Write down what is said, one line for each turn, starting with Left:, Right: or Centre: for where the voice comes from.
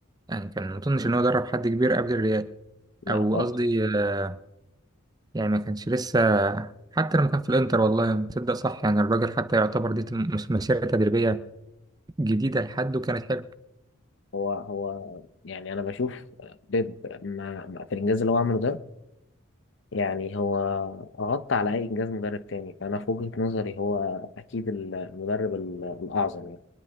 Right: يعني كان ما اظنش ان هو درب حد كبير قبل الريال
Left: لا
Right: او
Left: خالص
Right: قصدي آه، يعني ما كانش لسه حتى لما كان في الانتر والله تصدق صح يعني الراجل حتى يعتبر دي تم- مش مسيرة تدريبية جديدة لحد وكانت حلوة
Left: هو هو يعني انا بشوف بيب ما ما- في الانجاز اللي هو عمله ده يعني هو غطى على أي إنجاز مدرب تاني فأنا في وجهة نظري هو أكيد المدرب ال- الأعظم يعني